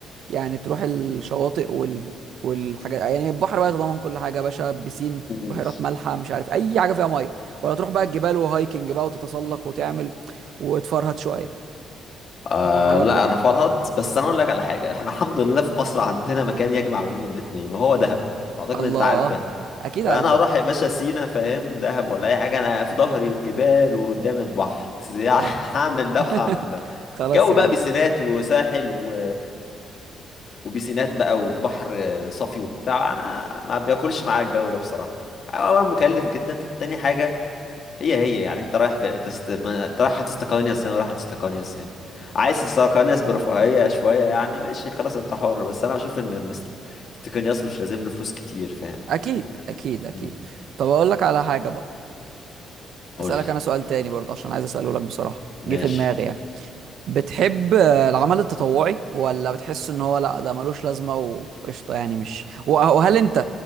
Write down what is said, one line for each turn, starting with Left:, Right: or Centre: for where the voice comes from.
Right: يعني تروح الشواطئ وال والحاجات يعني البحر بقى يتضمن كل حاجه يا باشا بسين
Left: مم.
Right: بحيرات مالحه مش عارف اي حاجه فيها ميه ولا تروح بقى الجبال وهايكنج بقى وتتسلق وتعمل وتفرهد شويه
Left: آه
Right: مغامرات
Left: لا
Right: بقى
Left: أنا فرهط بس أنا أقول لك على حاجة إحنا الحمد لله في مصر عندنا مكان يجمع بين الاتنين وهو دهب أعتقد إن
Right: الله
Left: أنت عارف ده
Right: اكيد عارف
Left: فأنا
Right: ده
Left: هروح يا باشا سينا فاهم دهب ولا أي حاجة أنا في ظهري الجبال وقدام البحر <laughs> زي-
Right: حلو
Left: هعمل ده
Right: <laughs>
Left: وهعمل ده
Right: خلاص
Left: الجو
Right: يا
Left: بقى
Right: عم
Left: بسينات وساحل و وبيسينات بقى وبحر صافي وبتاع انا ما بياكلش معايا الجو ده بصراحه اولا مكلف جدا تاني حاجه هي هي يعني انت رايح في انت است... ما- انت رايح هتستقانيس هنا ورايح هتستقانيس هنا عايز تستقانيس برفاهيه شويه يعني ماشي خلاص انت حر بس انا بشوف ان الاست- الاستقانياس مش لازم له فلوس كتير فاهم
Right: اكيد
Left: يعني
Right: اكيد اكيد
Left: امم
Right: طب اقول لك على حاجه بقى
Left: قول
Right: اسالك
Left: لي
Right: انا سؤال تاني برضه عشان عايز اساله لك بصراحه
Left: ماشي
Right: جه في دماغي يعني بتحب آه، العمل التطوعي ولا بتحس ان هو لا ده ملوش لازمه وقشطه يعني مش و- وهل انت